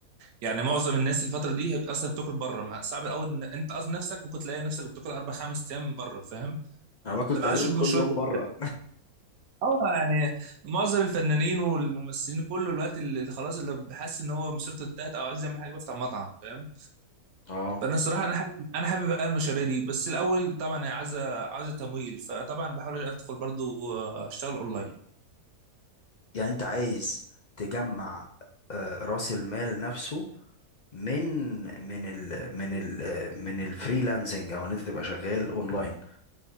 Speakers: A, on the right; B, on the left.
A: يعني معظم الناس الفتره دي هي اصلا بتاكل بره مع- صعب الاول ان انت اصلا نفسك ممكن تلاقي نفسك بتاكل اربع خمس ايام بره فاهم
B: انا باكل
A: فانا
B: تقريبا
A: عايز اشوف
B: كل
A: مشروع
B: يوم
A: كده.
B: بره
A: اه يعني معظم الفنانين والممثلين كله الوقت اللي اللي خلاص اللي حاسس ان هو مسيرته انتهت او عايز يعمل حاجه بيفتح مطعم فاهم
B: اه
A: فانا الصراحه انا حابب انا حابب بقى المشاريع دي بس الاول طبعا هي عايزه عايزه تمويل فطبعا بحاول ادخل برضو آه، اشتغل اونلاين
B: يعني انت عايز تجمع آه، راس المال نفسه من من ال من ال آه، من الفريلانسنج او ان انت تبقى شغال اونلاين